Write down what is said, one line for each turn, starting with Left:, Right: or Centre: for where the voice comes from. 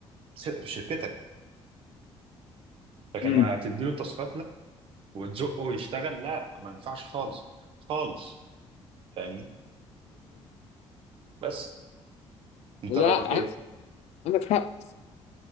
Right: س- في شركتك لكن
Left: امم
Right: ما تديله تاسكات لا وتزقه يشتغل لا ما ينفعش خالص خالص فاهمني بس انت
Left: لا
Right: رايك ايه
Left: عندك حق